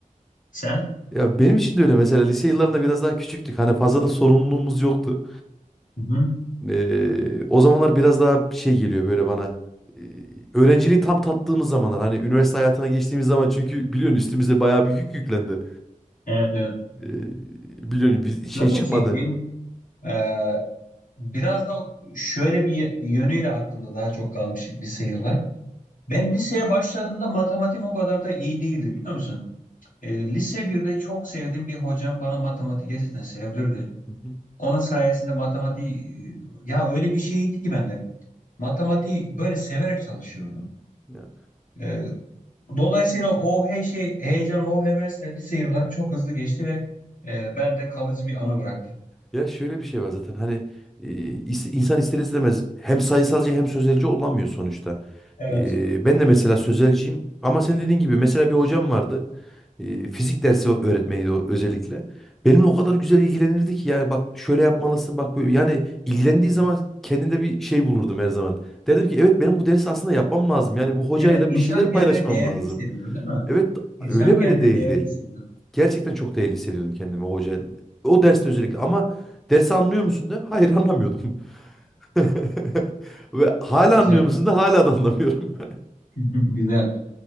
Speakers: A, on the left; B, in the centre.
A: Sen?
B: Ya benim için de öyle mesela lise yıllarında biraz daha küçüktük. Hani fazla da sorumluluğumuz yoktu.
A: Hı hı.
B: E, o zamanlar biraz daha şey geliyor böyle bana. E, öğrenciliği tam tattığımız zamanlar hani üniversite hayatına geçtiğimiz zaman çünkü biliyorsun üstümüze bayağı bir yük yüklendi.
A: Evet, evet.
B: E, biliyorsun biz şey
A: Böyle
B: çıkmadı.
A: bir şeydi benim. e, biraz da şöyle bir y- yönüyle aklımda daha çok kalmış lise yıllarım. Ben liseye başladığımda matematiğim o kadar da iyi değildi biliyor musun? E, lise birde çok sevdiğim bir hocam bana matematik gerçekten sevdirdi.
B: Hı hı.
A: Onun sayesinde matematiği e, ya öyle bir şeydi ki bende. Matematiği böyle severek çalışıyordum.
B: Ya.
A: E, Dolayısıyla o he şey, heyecan, o hevesle lise yıllarım çok hızlı geçti ve e, bende kalıcı bir anı bıraktı.
B: Ya şöyle bir şey var zaten hani e, is- insan ister istemez hem sayısalcı hem sözelci olamıyor sonuçta.
A: Evet.
B: E, ben de mesela sözelciyim ama sen dediğin gibi mesela bir hocam vardı. E, fizik dersi öğretmeniydi o özellikle. Benimle o kadar güzel ilgilenirdi ki ya bak şöyle yapmalısın bak böyle yani ilgilendiği zaman kendinde bir şey bulurdum her zaman. Derdim ki evet benim bu dersi aslında yapmam lazım. Yani bu hocayla
A: Evet, insan
B: bir şeyler
A: kendini
B: paylaşmam
A: değerli
B: lazım.
A: hissediyor, değil mi?
B: Evet
A: İnsan
B: öyle
A: kendini
B: böyle değil
A: değerli
B: değil.
A: hissediyor.
B: Gerçekten çok değerli hissediyordum kendimi o hoca. O derste özellikle ama dersi anlıyor musun de? Hayır anlamıyordum. <laughs> Ve hala
A: Güzel,
B: anlıyor musun da hala da anlamıyorum. <laughs>
A: <laughs> güzel.